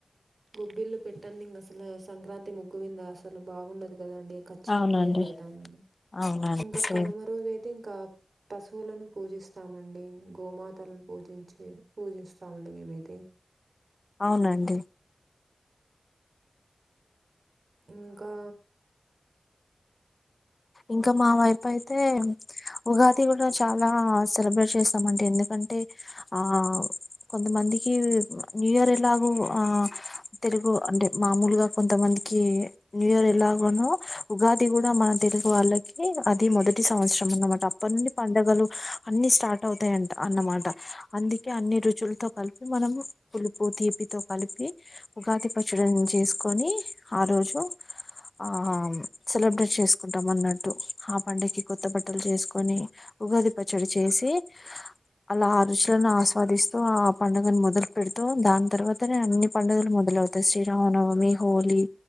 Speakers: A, on the right; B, on the left.
A: గొబ్బిల్లు పెట్టంది ఇంక అసలు సంక్రాంతి ముగ్గు వింద అసలు బాగుండదు కదండి చ్చిత
B: అవునండి
A: అనేది పెడతామండి
B: అవునండి
A: ఇంకా
B: సేమ్
A: కనుమ రోజు అయితే ఇంకా పస్తువులను పూజిస్తామండి గోమాతలను పూజించి పూజిస్తామండి మేమైతే
B: అవునండి
A: ఇంకా
B: ఇంకా మా వైపు అయితే ఉగాది కూడా చాలా సెలబ్రేట్ చేస్తామంటే ఎందుకంటే ఆ కొంతమందికి న్యూ ఇయర్ ఎలాగో ఆ తెలుగు అంటే మామూలుగా కొంతమందికి న్యూ ఇయర్ ఎలాగనో ఉగాది కూడా మన తెలుగు వాళ్ళకి అది మొదటి సంవత్సరం అన్నమాట అప్పటి నుండి పండుగలు అన్ని స్టార్ట్ అవుతాయిం అన్నమాట అందికి కే అన్ని రుచులతో కలిపి మనము పులుపు తీపితో కలిపి ఉగాది పచ్చడి చేసుకో కోని ఆ రోజు ఆ సెలబ్రేట్ చెస్ కుంటాం అన్నట్టు ఆ పండకి కొత్త బట్టలు చేసుకొని ఉగాది పచ్చడి చేసి అలా ఆ రుచులను ఆస్వాదిస్తూ ఆ పండుగను మొదలు పెడుతూ దాని తర్వాత తనే అన్ని పడుగలు మొదలు అవుతాయి శ్రీ రామనవమి హోలీ